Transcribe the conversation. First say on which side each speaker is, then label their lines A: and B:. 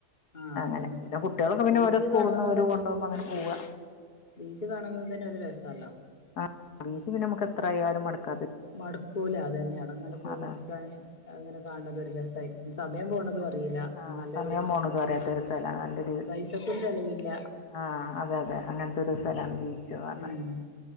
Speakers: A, on the left; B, on the left.
A: ആഹ്
B: അങ്ങനെ
A: അതന്നെ
B: പിന്നെ കുട്ടികളൊക്കെന്നെ
A: ബീച്ച്
B: ഓരോ സ്കൂളിൽ
A: കാണുന്നത്
B: നിന്ന് ഒരോ
A: തന്നെ
B: കൊണ്ടുപോകുമ്പോ അങ്ങനെ പോവാ
A: ബീച്ച് കാണുന്ന തന്നെ ഒരു രസല്ലോ
B: ആഹ് ബീച്ച് പിന്നെ നമക്ക് എത്രയാലും മടുക്ക
A: മടക്കൂല അത് തന്നെ അട ഇങ്ങനെ പോയി
B: അതാ
A: നിക്കാൻ അങ്ങനെ കാണ ഒരു രസമായിരിക്കും സമയം പോകണത് അറില
B: ആഹ്
A: നല്ലരു
B: സമയം പോണത് അറിയാത്തൊരു സ്ഥലാണ് നല്ലൊരു
A: പൈസക്കും ചെലവില്ല
B: ആഹ് അതെ അതെ അങ്ങനത്തെ ഒരു സ്ഥലാണ് ബീച്ച്ന്ന് പറഞ്ഞാല്
A: ഉം